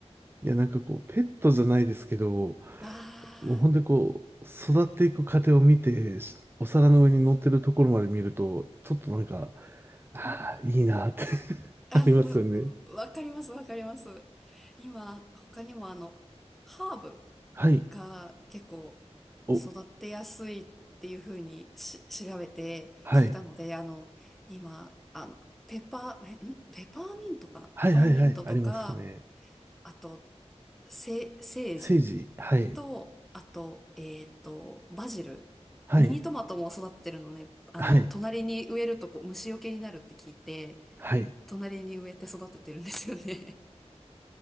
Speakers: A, on the right; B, in the centre.
A: いや、なんかこう、ペットじゃないですけど、も
B: あ
A: う本当にこう、育っていく過程を見て、しお皿の上に乗ってるところまで見ると、ちょっとなんか、ああ、いいなって <laughs>
B: ー、
A: ありますよね。
B: あ、もう、わかります、わかります。今、他にもあの、ハーブ。
A: はい。
B: が結構育ってやすいっていうふうにし調べて聞いたので、
A: お、はい。
B: あの、今、あの、ペパー、えんペパーミントかなペパーミントとか、
A: はいはいはい。ありますね。
B: あと、せ、セージ
A: セージ、はい、
B: と、あと、えっと、バジル。
A: はい、
B: ミニトマトも育ってるのね、あの、
A: はい、
B: 隣に植えるとこう虫除けになるって聞いて、
A: はい。
B: 隣に植えて育ててるんですよね。